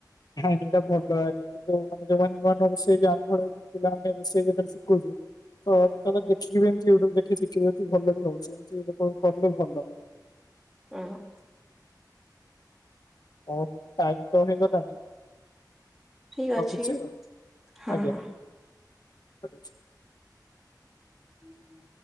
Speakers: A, on the left; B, in the centre.
A: ହ ଯୋଉଟା ଭଲ ହବ <unintelligible> ନୂଆଁ ରୋଷେଇ ଆମ୍ ଭଳିଆ ପିଲା ମାନଙ୍କୁ ରୋଷେଇ ପତ୍ର ସିକେଉଛୁ <unintelligible> ତ ଦେଖିକି ଯେମିତି ଦେଖିଶିଖିବେ କି ଭଲ ବି ହୋଉଛି <unintelligible> କଣ କଲେ ଭଲ
B: ଅ ହ।
A: ଆଉ ଟାଇମ ତ ହେଇଗଲାଣି।
B: ଠିକ
A: ରଖୁଛି
B: ଅଛି ହଁ
A: ଆଜ୍ଞା
B: ହଁ।
A: ରଖୁଚି
B: ଓ ହୋ